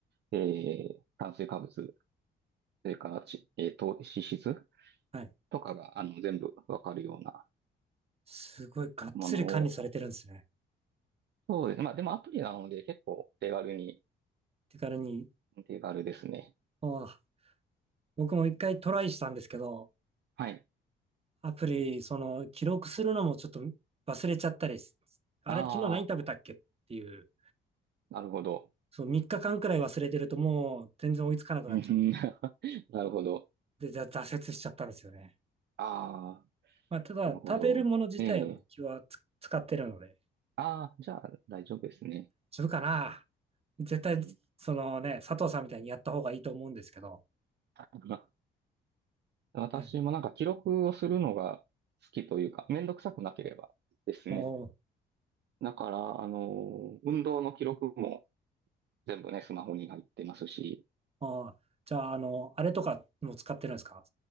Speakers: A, on the right (about 60°); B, on the right (about 30°).
A: えー、炭水化物、それからち、えー、糖、脂質
B: はい。
A: とかが、あの、全部わかるような
B: すごい、がっつり管理されてるんですね。
A: ものを、そうですね。まあ、でもアプリなので結構手軽に、
B: 手軽に。
A: 手軽ですね。
B: ああ、僕も一回トライしたんですけど、
A: はい。
B: アプリ、その、記録するのもちょっと忘れちゃったりす、あれ、
A: あ
B: 昨日何食べたっけっていう、
A: あ、なるほど。
B: そう、3日間くらい忘れてるともう全然追いつかなくなっちゃって、
A: うん <laughs> なるほど。
B: で、ざ挫折しちゃったんですよね。
A: ああ。
B: まあ、ただ、
A: なるほど。
B: 食べるもの自体も気はつ使ってるので、
A: ええ。ああ、じゃあ大丈夫ですね。
B: 自分かな絶対、
A: うん。
B: そのね、佐藤さんみたいにやった方がいいと思うんですけど、
A: <laughs> あ私もなんか記録をするのが好きというか、
B: ね、
A: めんどくさくなければですね。
B: も
A: だから、あの、運動の記録も全部ね、スマホに入ってますし、
B: う、ああ、じゃあ、あの、あれとかも使ってるんですか